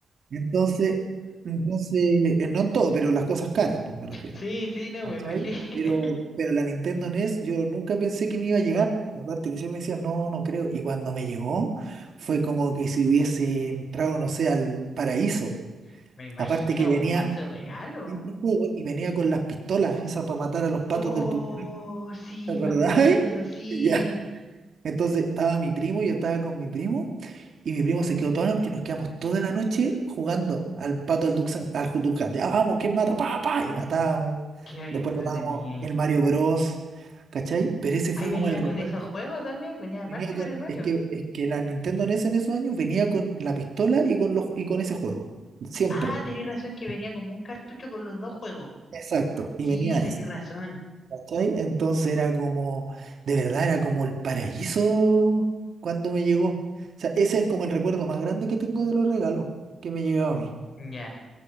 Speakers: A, on the right (about 50°); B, on the left (about 50°).
A: Entonces, entonces, eh, no en todo, pero las cosas caras, pues me refiero.
B: Sí, sí, no,
A: ¿Cachai?
B: me imagino.
A: Pero, pero la Nintendo NES yo nunca pensé que me iba a llegar. Y aparte que yo me decía, no, no creo. Y cuando me llegó, fue como que si hubiese entrado, no sé, al paraíso.
B: <laughs> Me imagino,
A: Aparte que venía
B: un manso regalo.
A: venía este juego y venía con las pistolas, esas para matar a los patos
B: Oh,
A: del Duty.
B: sí,
A: ¿Te acordáis?
B: me acuerdo,
A: <laughs>
B: sí.
A: Ya. Entonces estaba mi primo, yo estaba con mi primo. Y mi primo se quedó toda la noche, nos quedamos toda la noche jugando al pato al Duxan, al Ju- Duxan. Ya vamos, ¿quién mata? Pa, pa, y matábamos.
B: Qué
A: Después
B: tenía.
A: tratábamos el Mario Bros. ¿Cachai? Pero ese
B: Ahí
A: fue
B: venía
A: como el recuerdo.
B: con esos juegos también, venía aparte
A: Venía
B: con
A: con,
B: el Mario.
A: es que, es que la Nintendo NES en esos años venía con la pistola y con los, y con ese juego. Siempre.
B: Ah, tenés razón que venía como un cartucho con los dos juegos.
A: Exacto. Y
B: Sí,
A: venía
B: tenés
A: ese.
B: razón.
A: ¿Cachai? Entonces era como, de verdad, era como el paraíso cuando me llegó. O sea, ese es como el recuerdo más grande que tengo de los regalos que me llegó a mí.
B: Ya.